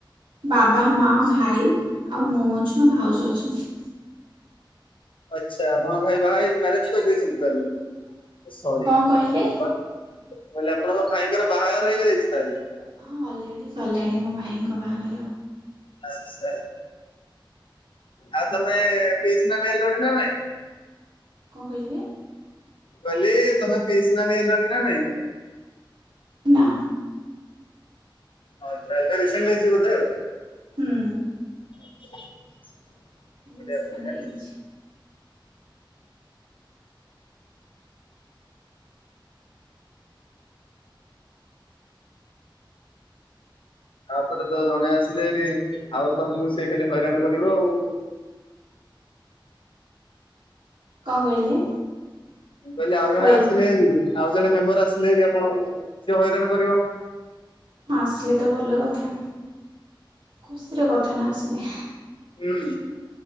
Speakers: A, on the right; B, on the left.
A: ବାବା, ମା, ଭାଇ ଆଉ ମୁଁ ଅଛୁ ଭାଉଜ ଅଛନ୍ତି।
B: ଆଚ୍ଛା ଆପଣଙ୍କ ଭାଇ ବାହା ମ୍ୟାରେଜ କରି ଦେଇଛନ୍ତି ତାହେଲେ? ଏ ସରି
A: କଣ କହିଲେ?
B: ମୁଁ କହିଲି ଆପଣଙ୍କ ଭାଇଙ୍କର ବାହାଘର ହେଇ ଯାଇଛି ତାହେଲେ?
A: ହଁ ଅଲରେଡ଼ି ସରିଲାଣି ମୋ ଭାଇଙ୍କ ବାହାଘର।
B: ହଁ ସେ ଆଉ ତମେ ପିଇଶି ନାନୀ ହେଲଣି ନା ନାଇଁ?
A: କଣ କହିଲେ?
B: କହିଲି ତମେ ପିଇସୀ ନାନୀ ହେଲଣି ନା ନାଇଁ?
A: ନା।
B: ହଉ ତ ଏବେ ରିସେଣ୍ଟ ହେଇଚି ବୋଧେ?
A: ହୁଁ
B: <inaudible>
A: ରିସେଣ୍ଟ
B: ବଢିଆ।
A: ହେଇଛି।
B: ତାପରେ ତ ଜଣେ ଆସିଲେ ବି, ଆଉ ତମକୁ ସେ ଖାଲି ହଇରାଣ କରିବ ଆଉ।
A: କଣ କହିଲେ?
B: ମୁଁ କହିଲି ଆଉ ଜଣେ
A: ହଇରା
B: ଆସିଲେ ହେରି ଆଉ ଜଣେ ମେମ୍ବର ଆସିଲେ ହେରି ଆପଣଙ୍କୁ ସିଏ ହଇରାଣ କରିବ।
A: ହଁ ଆସିଲେ ତ ଭଲ କଥା ଖୁସିର କଥା ନା ଆସିଲେ।
B: ହୁଁ।